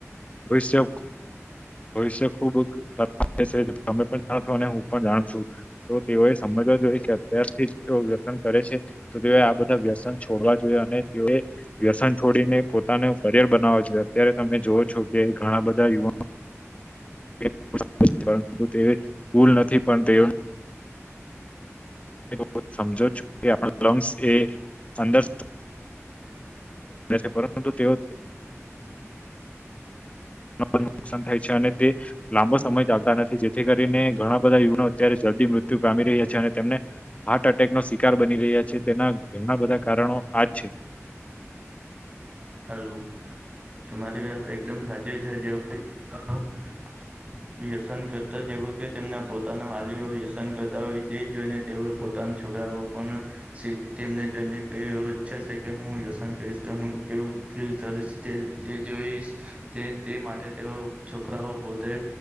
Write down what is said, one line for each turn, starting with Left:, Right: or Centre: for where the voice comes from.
Left: ભવિષ્ય
Right: <inaudible>
Left: ભવિષ્ય ખુબ <unintelligible> તમે પણ જાણો છો અને હું પણ જાણ છું તો તેઓએ સમજવા જોઈએ કે <unintelligible> કરે છે તો તે આ બધા વ્યસન છોડવા જોઈએ અને તેઓએ વ્યસન છોડીને પોતાને કરિયર બનાવો જોએ. અત્યારે તમે જોવો છો કે ઘણા બધા યુવા
Right: <inaudible>
Left: <inaudible> પરંતુ તે ભુલ નથી પણ તેઓ <inaudible> સમજો છું કે આપણા લંગ્સ એ અંદર <inaudible> <inaudible> પરંતુ તેઓ <inaudible> નુકસાન થાય છે અને તે લાંબો સમય ચાલતા નથી જેથી કરીને ઘણા બધા યુવાનો અત્યારે જલ્દી મૃત્યુ આવી રહ્યા છે અને તેમને હાર્ટ એટેકનો શિકાર બની રહ્યા છે. તેના ઘણા બધા કારણો આજ છે.
Right: હાલું તમારી વાત એકદમ સાચી છે જે <inaudible> વ્યસન કરતા જેવા કે તેમના પોતાના વાલીઓ વ્યસન કરતા હોય તે જોઈને તેઓ પોતાના છોકરાઓ પણ તેમને જોઈને ઈચ્છે છે કે હું વ્યસન કરીશ તો હુ તેવું ફિલ્ડ તે તે જોઈશ તે તે માટે તેઓ છોકરાઓ પોતે